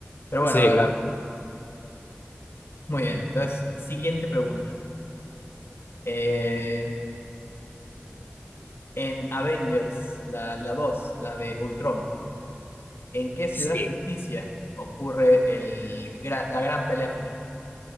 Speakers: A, on the left (about 75°); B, on the left (about 50°).
A: Pero bueno,
B: Sí,
A: a ver,
B: claro.
A: muy bien. Entonces, siguiente pregunta. Eh, en Avengers, la, la 2 la de Ultron. ¿En qué ciudad
B: Sí.
A: ficticia ocurre el gra- la gran pelea final?